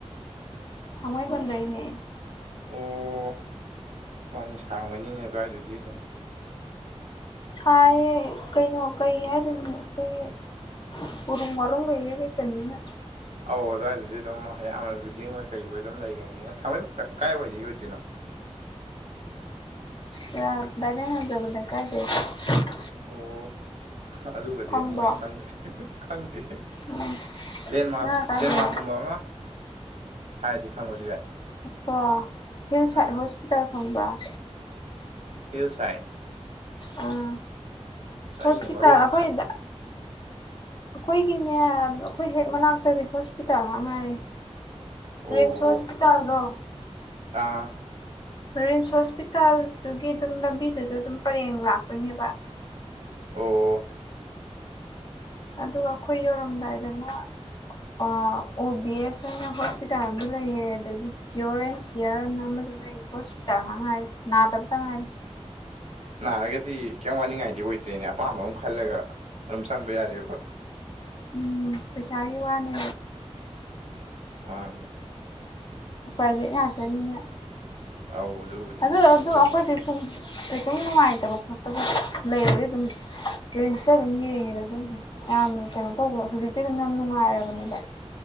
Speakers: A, on the left; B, on the right.
A: ꯊꯥꯡꯃꯩꯕꯟ ꯗꯩꯅꯦ
B: ꯑꯣ ꯐꯟ ꯁꯥꯡꯕꯅꯤꯅꯦ ꯑꯗꯨꯋꯥꯏꯗꯨꯗꯤ ꯑꯗꯨꯝ
A: ꯁꯥꯏꯌꯦ ꯀꯩꯅꯣ ꯀꯩ ꯍꯥꯏꯗꯣꯏꯅꯣ ꯑꯩꯈꯣꯏꯒꯤ ꯎꯨꯔꯨꯝ ꯋꯥꯔꯨꯝꯒ ꯏꯔꯩ ꯂꯩꯇꯝ ꯅꯤꯅ
B: ꯑꯧ ꯑꯗꯨꯋꯥꯏꯗꯗꯤ ꯑꯗꯨꯝ ꯑꯌꯥꯝꯕꯅ ꯕꯤꯜꯗꯤꯡ ꯑꯣꯏ ꯀꯔꯤꯕꯣꯏ ꯑꯗꯨꯝ ꯂꯩꯔꯕꯅꯤꯅ ꯊꯥꯡꯃꯩꯕꯟ ꯈꯛ ꯀꯥꯏꯋꯥꯏꯗꯩ ꯑꯣꯏꯗꯣꯏꯅꯣ
A: ꯑꯁ ꯑꯥ ꯗꯥꯏꯅꯤꯡ ꯍꯟꯗꯕ ꯂꯩꯀꯥꯏꯗꯒꯤꯅꯦ
B: ꯑꯣ ꯑꯗꯨꯒꯗꯤ
A: ꯈꯪꯕ꯭ꯔꯣ
B: ꯑꯃꯨꯛ ꯍꯦꯟ ꯈꯪꯗ꯭ꯔꯦ ꯈꯪꯗꯦ
A: ꯎꯝ
B: ꯂꯦꯟꯃꯔꯛ
A: ꯅꯪ ꯀꯥꯏꯗꯩꯅꯣ
B: ꯂꯦꯟꯃꯥꯔꯛ ꯀꯨꯝꯕ ꯑꯃ ꯍꯥꯏꯔꯗꯤ ꯈꯪꯕꯁꯨ ꯌꯥꯏ
A: ꯑꯣ ꯍꯤꯜ ꯁꯥꯏꯠ
B: ꯑꯥ
A: ꯍꯣꯁꯄꯤꯇꯥꯜ ꯈꯪꯕ꯭ꯔꯥ
B: ꯍꯤꯜ ꯁꯥꯏꯠ
A: ꯑꯥ
B: ꯑꯁ
A: ꯍꯣꯁꯄꯤꯇꯥꯜ
B: ꯑꯩꯅ ꯃꯔꯣꯟ ꯑꯃ
A: ꯑꯩꯈꯣꯏꯗ
B: ꯈꯪ
A: ꯑꯩꯈꯣꯏꯒꯤꯅꯦ ꯑꯩꯈꯣꯏ ꯍꯦꯛ ꯃꯅꯥꯛꯇꯗꯤ ꯍꯣꯁꯄꯤꯇꯥꯜ ꯉꯥꯛ ꯉꯥꯏꯔꯦ
B: ꯑꯣ
A: ꯔꯤꯝꯁ ꯍꯣꯁꯄꯤꯇꯥꯜꯗꯣ
B: ꯑꯥ
A: ꯔꯤꯝꯁ ꯍꯣꯁꯄꯤꯇꯥꯜꯗꯨꯒꯤ ꯑꯗꯨꯝ ꯂꯝꯕꯤꯗꯨꯗ ꯑꯗꯨꯝ ꯄꯔꯦꯡ ꯂꯥꯛꯇꯧꯢꯅꯦꯕ
B: ꯑꯣ
A: ꯑꯗꯨꯒ ꯑꯩꯈꯣꯏ ꯌꯧꯔꯝꯗꯥꯏꯗꯅ ꯑꯥ ꯑꯣ ꯕꯤ ꯑꯦꯁ ꯍꯥꯏꯅ ꯍꯣꯁꯄꯤꯇꯥꯜ ꯑꯃ ꯂꯩꯌꯦ ꯑꯗꯒꯤ ꯀ꯭ꯌꯣꯔ
B: ꯑ
A: ꯑꯦꯟ ꯀ꯭ꯌꯔ ꯅ ꯑꯃꯁꯨ ꯂꯩ ꯍꯣꯁꯄꯤꯇꯥꯜ ꯉꯥꯛ ꯉꯥꯏꯔꯦ ꯅꯥꯗꯕ ꯇꯪ ꯉꯥꯏꯔꯦ
B: ꯅꯥꯔꯒꯗꯤ ꯀꯩꯝ ꯋꯥꯅꯤꯡꯉꯥꯏꯗꯤ ꯑꯣꯏꯗ꯭ꯔꯦꯅꯦ ꯑꯄꯥꯝꯕ ꯑꯃ ꯈꯜꯂꯒ ꯑꯗꯨꯝ ꯆꯪꯕ ꯌꯥꯔꯦꯕ ꯍ
A: ꯎꯝ ꯄꯩꯁꯥꯒꯤ ꯋꯥꯅꯦ
B: ꯑꯥ
A: ꯄ꯭ꯔꯥꯏꯚꯦꯠꯉꯥꯛꯇꯅꯤꯅ
B: ꯑꯧ ꯑꯗꯨꯕꯨꯗꯤ
A: ꯑꯗꯨꯗꯣ ꯑꯗꯨꯝ
B: ꯆꯨꯝꯕ
A: ꯑꯈꯧꯢꯁꯨ ꯊꯨꯡ ꯀꯩꯁꯨꯝ ꯅꯨꯡꯉꯥꯏꯇꯕ ꯈꯣꯠꯇꯕ ꯂꯩꯔꯗꯤ ꯑꯗꯨꯝ ꯔꯤꯝꯁꯇ ꯑꯗꯨꯝ ꯌꯦꯡꯉꯦ ꯑꯗꯨꯝ ꯑꯌꯥꯝ ꯀꯩꯅꯣ ꯇꯧꯕ ꯍꯧꯖꯤꯛꯇꯤ ꯑꯗꯨꯝ ꯌꯥꯝ ꯅꯨꯡꯉꯥꯏꯔꯕꯅꯦꯗ